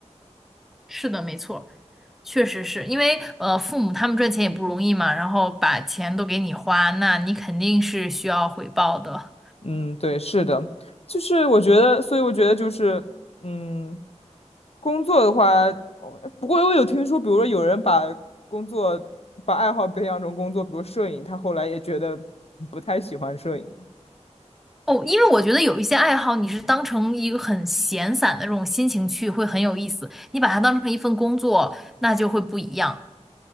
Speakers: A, in the centre; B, on the left (about 55°).
A: 是的，没错，确实是因为呃，父母他们赚钱也不容易嘛，然后把钱都给你花，那你肯定是需要回报的。
B: 嗯，对，是的，就是我觉得，所以我觉得就是，嗯，工作的话，哦不过我有听说，比如说有人把工作把爱好培养成工作，比如摄影，他后来也觉得不太喜欢摄影了
A: 哦，因为我觉得有一些爱好，你是当成一个很闲散的这种心情去，会很有意思。你把它当成一份工作，那就会不一样。